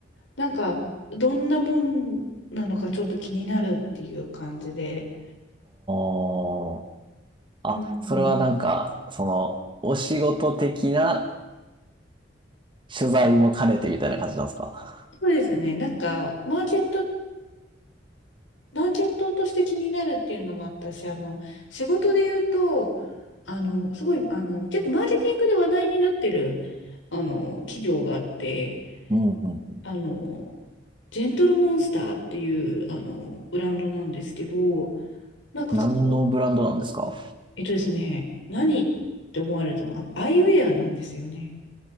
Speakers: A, on the left; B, on the right.
A: なんか、どんなもんなのかちょっと気になるっていう感じで。
B: あー。あ、
A: うんうん、
B: それはなんか、その、お仕事的な取材も兼ねてみたいな感じなんですか。
A: そうですね。なんか、マーケット、マーケットとして気になるっていうのもあったし、あの、仕事で言うと、あの、すごい、あの、結構マーケティングで話題になってる、あの、企業があって、
B: うんうん。
A: あの、ジェントルモンスターっていう、あの、ブランドなんですけど、なんかそこ
B: 何のブランドなんですか
A: えっとですね、何って思われると思う。あの、アイウェアなんですよね。